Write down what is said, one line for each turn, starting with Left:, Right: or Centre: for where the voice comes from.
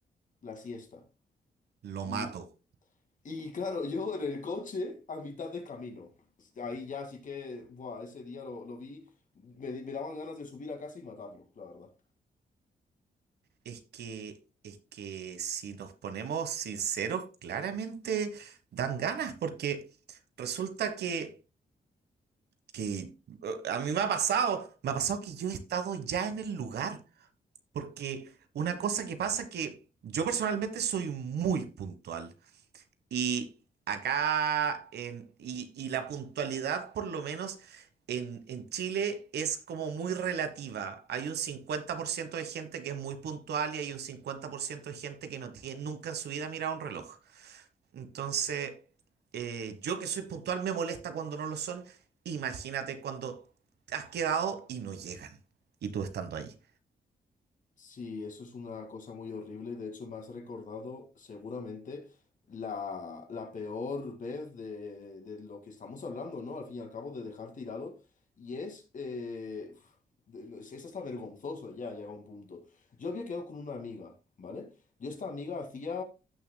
Left: la siesta.
Right: lo
Left: Y,
Right: mato.
Left: y claro, yo en el coche a mitad de camino. Ahí ya sí que, buah, ese día lo, lo vi, me, di- me daban ganas de subir a casa y matarlo, la verdad.
Right: Es que, es que si nos ponemos sinceros, claramente dan ganas, porque resulta que, que eh, a mí me ha pasado, me ha pasado que yo he estado ya en el lugar, porque una cosa que pasa que yo personalmente soy muy puntual. Y acá, en, y, y la puntualidad, por lo menos en, en Chile, es como muy relativa. Hay un 50% de gente que es muy puntual y hay un 50% de gente que no tiene, nunca en su vida ha mirado un reloj. Entonces, eh, yo que soy puntual me molesta cuando no lo son. Imagínate cuando has quedado y no llegan. Y tú estando ahí.
Left: Sí, eso es una cosa muy horrible. De hecho, me has recordado seguramente la, la peor vez de, de lo que estamos hablando, ¿no? Al fin y al cabo, de dejar tirado. Y es... eh, uf, de- no, es es hasta vergonzoso ya, llega un punto. Yo había quedado con una amiga, ¿vale? Yo esta amiga hacía